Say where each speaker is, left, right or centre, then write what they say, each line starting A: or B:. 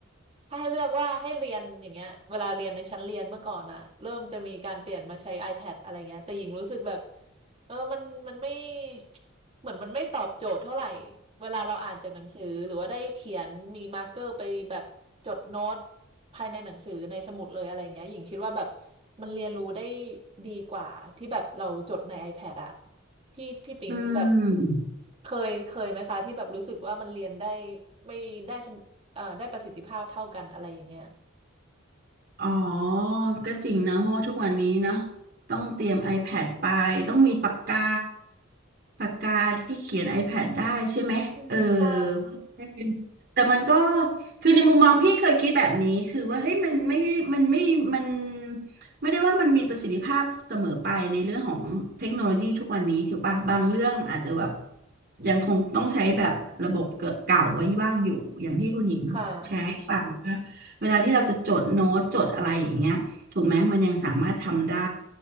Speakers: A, on the right (about 30°); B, on the right (about 50°).
A: ถ้าให้เลือกว่าให้เรียนอย่างเงี้ยเวลาเรียนในชั้นเรียนเมื่อก่อนอ่ะเริ่มจะมีการเปลี่ยนมาใช้ iPad อะไรเงี้ยแต่หญิงรู้สึกแบบ เออมันมันไม่ <tsk> เหมือนมันไม่ตอบโจทย์เท่าไหร่ เวลาเราอ่านจากหนังสือหรือว่าได้เขียนมีมาร์กเกอร์ไปแบบจดโน้ตภายในหนังสือในสมุดเลยอะไรเงี้ยหญิงคิดว่าแบบมันเรียนรู้ได้ดีกว่าที่แบบเราจดใน iPad อะพี่พี่ปิงแบบ
B: อืม
A: เคยเคยไหมคะที่แบบรู้สึกว่ามันเรียนได้ไม่ได้สมเอ่อได้ประสิทธิภาพเท่ากันอะไรอย่างเงี้ย
B: อ๋อ ก็จริงนะเพราะว่าทุกวันนี้เนอะต้องเตรียม iPad ไปต้องมีปากกาปากกาที่เขียน iPad ได้ใช่ไหมเออไม่เป็นแต่มันก็
A: อืมใช่
B: คือในมุมมองพี่เคยคิดแบบนี้คือว่าเฮ้ยมันไม่มันไม่มันไม่ได้ว่ามันมีประสิทธิภาพเสมอไปในเรื่องของเทคโนโลยีทุกวันนี้ถูกปะบางเรื่องอาจจะแบบยังคงต้องใช้แบบระบบเก่าไว้บ้างอยู่อย่างที่คุณหญิงแชร์ให้ฟัง
A: อืมค่ะ
B: เวลาที่เราจะจดโน้ตจดอะไรอย่างเงี้ยถูกไหมมันยังสามารถทำได้